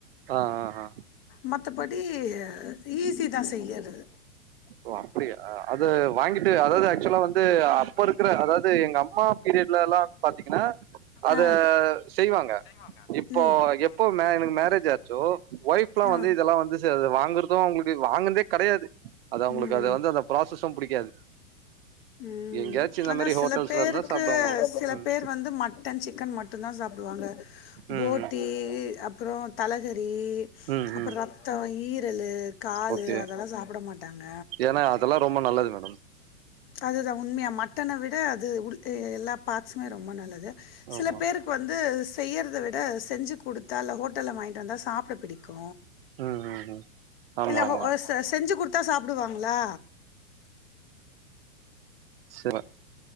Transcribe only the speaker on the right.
ஆ ஆ ஆ
ஓ அப்டியா அத வாங்கிட்டு அதாவது ஆக்சுவலா வந்து அப்போ இருக்கற அதாது எங்க அம்மா பீரியட்லல்லா பாத்தீங்கன்னா அத
செய்வாங்க
இப்போ எப்போ மே எனக்கு மேரேஜ் ஆச்சோ வைஃப்லா
வந்து இதெல்லா வந்து சிலத வாங்கறதோ அவுங்களுக்கு வாங்கன்தே கெடையாது அது அவுங்களுக்கு
அது வந்து அந்த ப்ராசஸும் புடிக்காது
எங்கயாச்சு இந்த
மாரி
ஹோட்டல்ஸ்ல
இருந்தா சாப்டுவாங்க
ம்
ம்
ம்
ம்
ம்
ஓகே
ஏன்னா அதெல்லா ரொம்ப நல்லது மேடம்
ஆமா
ம் ம் ம் ஆமா
ஆமா
சிவ